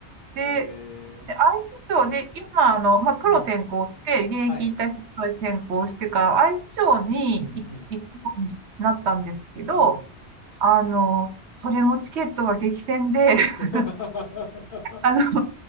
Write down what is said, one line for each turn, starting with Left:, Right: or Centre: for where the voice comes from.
Right: で、
Left: へえ、
Right: でアイスショーで、今、あの、まあ、プロ転向して、
Left: うん。
Right: 現役引退してプロに転向してから、
Left: はい。
Right: アイスショーに行行くようになったんですけど、
Left: うん、うん、
Right: あの、それもチケットが激戦で、
Left: <laughs>
Right: <laughs> あの、